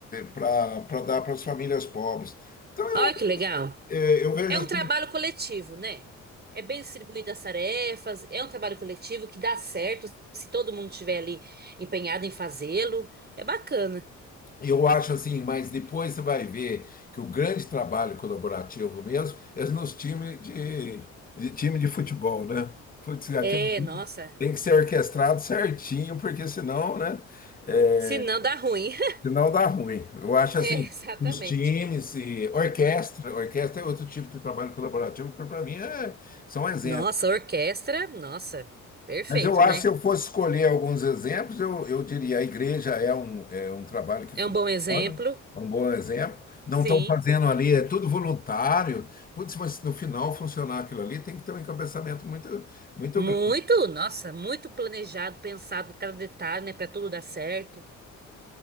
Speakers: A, on the left (about 30°); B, on the right (about 35°).
A: para dar para as famílias pobres. Então eu,
B: Olha que legal.
A: eh, eu vejo
B: É
A: assim,
B: um trabalho coletivo, né? É bem distribuído as tarefas, é um trabalho coletivo que dá certo se todo mundo estiver ali empenhado em fazê-lo. É bacana.
A: Eu acho assim, mas depois você vai ver que o grande trabalho colaborativo mesmo é nos times de, de time de futebol, né? Putz, aquilo
B: É,
A: ali
B: nossa.
A: tem que ser orquestrado certinho, porque senão, né? é,
B: Se não, dá ruim. <laughs>
A: senão dá ruim. Eu acho
B: É,
A: assim,
B: exatamente.
A: os times e orquestra, orquestra é outro tipo de trabalho colaborativo, que para mim é, são exemplos
B: Nossa, a orquestra, nossa, perfeito,
A: Mas eu acho
B: né?
A: que se eu fosse escolher alguns exemplos, eu, eu diria a igreja é um, é um trabalho que
B: É
A: funciona,
B: um bom exemplo.
A: é um bom exemplo. Não
B: Sim.
A: estão fazendo ali, é tudo voluntário. Putz, mas no final funcionar aquilo ali tem que ter um encabeçamento muito, muito
B: Muito,
A: grande.
B: nossa, muito planejado, pensado em cada detalhe, né, Pra tudo dar certo.